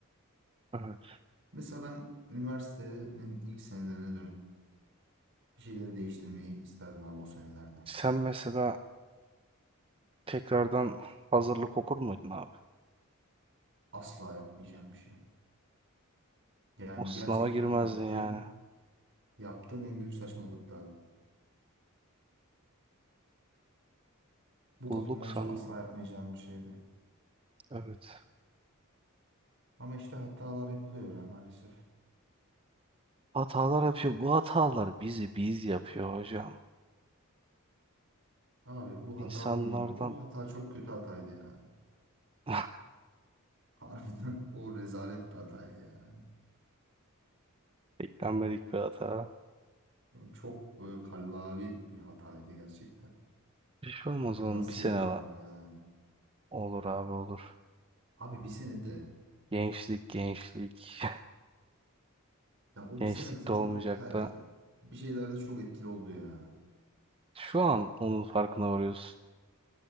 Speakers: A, on the right (about 25°); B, on the right (about 60°).
A: Evet.
B: Mesela ben üniversitenin ilk senelerine dönüp bir şeyleri değiştirmeyi isterdim abi o senelerde.
A: Sen mesela tekrardan hazırlık okur muydun abi?
B: Asla yapmayacağım bir şey. Yani
A: O sınava
B: gerçekten
A: girmezdin
B: yaptığım
A: yani.
B: yaptığım en büyük saçmalıktı abi. Bu
A: Bulduk
B: kafam olsa
A: sandım.
B: asla yapmayacağım bir şeydi.
A: Evet.
B: Ama işte hatalar yapılıyor ya maalesef.
A: Hatalar yapıyor. Bu hatalar bizi biz yapıyor hocam.
B: Abi bu
A: İnsanlardan
B: hata olma. O hata çok kötü hataydı yani.
A: <laughs>
B: Harbiden <laughs> o rezalet bir hataydı yani.
A: beklenmedik bir hata.
B: Çok böyle kallavi bir hataydı gerçekten.
A: Bir şey olmaz oğlum
B: Nasıl
A: bir sene
B: yaparım
A: lan.
B: yani?
A: Olur abi olur.
B: Abi bir sene de.
A: Gençlik gençlik. <laughs>
B: Ya o
A: gençlik
B: bir sene mesela
A: de
B: çok
A: olmayacak
B: he-
A: da.
B: bir şeylerde çok etkili oldu ya.
A: Şu an onun farkına varıyorsun.